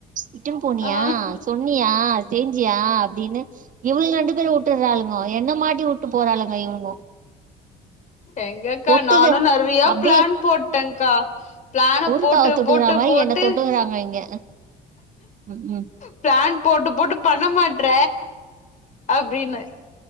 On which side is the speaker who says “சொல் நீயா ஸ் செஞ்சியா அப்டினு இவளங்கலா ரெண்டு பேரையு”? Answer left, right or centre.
Right